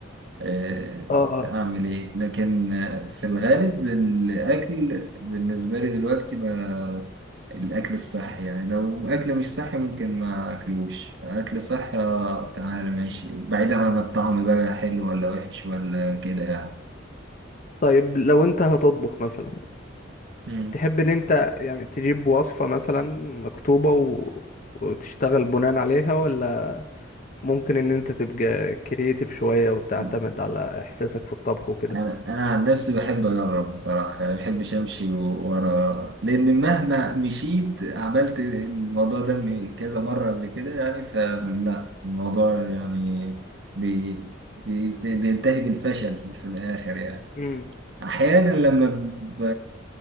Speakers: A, on the right; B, on the left.
A: آه،
B: اه
A: اعمل ايه لكن آه، في الغالب الاكل بالنسبه لي دلوقتي بقى الاكل الصحي يعني لو اكل مش صحي ممكن ما اكلوش اكل صحي آه، تعالى ماشي بعيدا عن الطعم بقى حلو ولا وحش ولا كده يعني
B: طيب لو انت هتطبخ مثلا
A: مم.
B: تحب ان انت يعني تجيب وصفة مثلا مكتوبة و... وتشتغل بناء عليها ولا ممكن ان انت تبقى كرييتيف شوية وتعتمد
A: مم.
B: على احساسك في الطبخ وكده
A: انا انا عن نفسي بحب اجرب بصراحه يعني ما بحبش امشي و- ورا لان مهما مشيت عملت الموضوع ده م- كذا مره قبل كده يعني فلا الموضوع يعني بي بي في- بينتهي بالفشل في الاخر يعني
B: امم
A: احيانا لما ب...